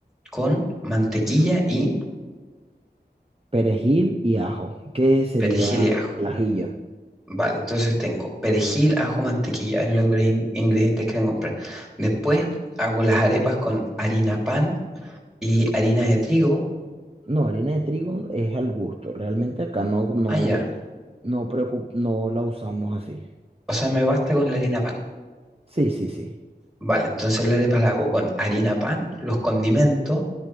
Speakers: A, in the centre; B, on the right.
A: con mantequilla y
B: perejil y ajo, que sería
A: perejil y ajo.
B: ajillo.
A: Vale, entonces tengo perejil, ajo, mantequilla en los ingre- ingredientes que tengo que comprar. Después hago las arepas con harina pan y harina de trigo.
B: No, harina de trigo es al gusto. Realmente acá no, no,
A: Ah, ya.
B: no, preocup- no la usamos así.
A: O sea, me basta con la harina pan.
B: Sí, sí, sí.
A: Vale, entonces la arepa la hago con harina pan, los condimentos,